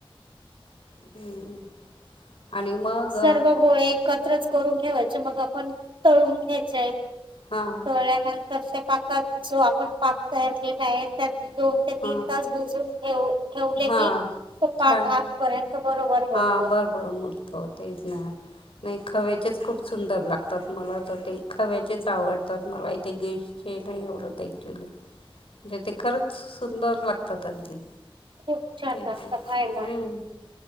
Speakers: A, on the left; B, on the right.
A: <unintelligible> मग
B: सर्व गोळे एकत्रच करून ठेवायचे मग आपण तळून घ्यायचे. चोळ्यानंतर
A: हां
B: त्या पाकात जो आपण पाक तयार केला आहे त्या. दोन ते तीन
A: हां
B: तास भिजून ठेऊं ठेवले
A: हां
B: की तो पाक
A: छान
B: आातपर्यंत बरोबर मोरतो
A: हां बरं <unintelligible> नाही खव्याचेच खूप सुंदर लागतात मला तर ते खव्याचेच आवडतात मला इथे गे हे नाही एवडते खरंच सुंदर लागतात अगदी
B: खूप छान
A: तेच
B: लागत
A: ना
B: खायला.
A: हम्म